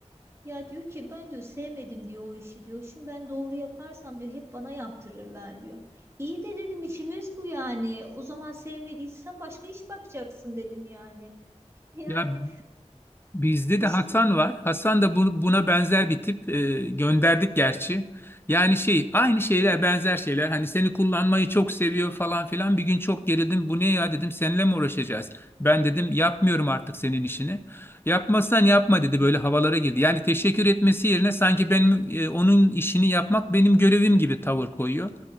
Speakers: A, on the right; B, on the left.
A: Ya diyor ki ben diyor sevmedim diyor o işi diyor. Şimdi ben doğru yaparsam diyor hep bana yaptırırlar diyor. İyi de dedim işimiz bu yani. O zaman sevmediysen başka iş bakacaksın dedim yani. <laughs> Yani
B: Ya Bizde
A: işte
B: de Hasan var. Hasan da bu- buna benzer bir tip. Ee, gönderdik gerçi. Yani şey aynı şeyler benzer şeyler. Hani seni kullanmayı çok seviyor falan filan. Bir gün çok gerildim. Bu ne ya dedim. Seninle mi uğraşacağız? Ben dedim yapmıyorum artık senin işini. Yapmazsan yapma dedi. Böyle havalara girdi. Yani teşekkür etmesi yerine sanki benim e, onun işini yapmak benim görevim gibi tavır koyuyor.